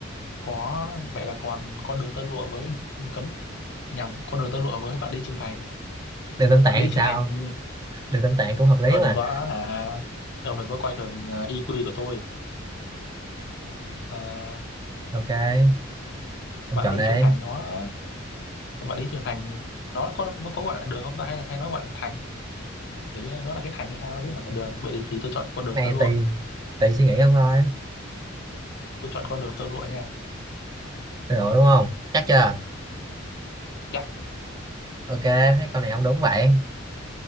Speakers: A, on the left; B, on the right.
A: có vậy là còn con đường tơ lụa với cấm nhầm con đường tơ lụa với vạn lý trường thành
B: đường Tam Tạng
A: vạn lý
B: thì
A: trường
B: sao
A: thành
B: không đường Tam Tạng cũng hợp lý
A: thôi
B: mà
A: đừng có hả ông đừng có coi thường ờ, IQ của tôi À,
B: ok ông
A: vạn
B: chọn
A: lý
B: đây
A: trường thành nó vạn lý trường thành nó có nó có gọi là đường không ta hay là hay nó gọi là thành nghĩ như nó là cái thành hay sao chứ không phải là đường vậy thì, thì tôi chọn con đường
B: này
A: tơ lụa
B: tùy tùy suy nghĩ ông thôi
A: tôi chọn con đường tơ lụa nha
B: Được đúng không? Chắc chưa?
A: chắc
B: Ok, thấy con này ông đúng vậy.